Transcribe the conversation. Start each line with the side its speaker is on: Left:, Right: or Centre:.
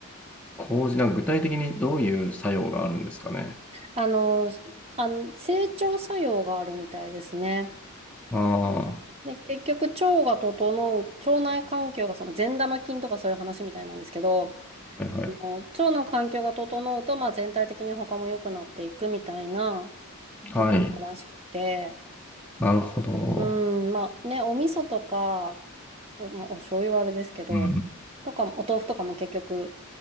Centre: 麹、なんか具体的にどういう作用があるんですかね。
Right: あの、あの、整腸作用があるみたいですね。
Centre: ああ、は
Right: で、結局腸が整う、腸内環境がその善玉菌とかそういう話みたいなんですけど、
Centre: いはい。
Right: 腸の環境が整うと、まあ、全体的に他も良くなっていくみたいなところらしくて、
Centre: はい。なるほど。
Right: うん、まあね、お味噌とか、お、まあ、お醤油はあれですけど、
Centre: うん。
Right: とか、お豆腐とかも結局、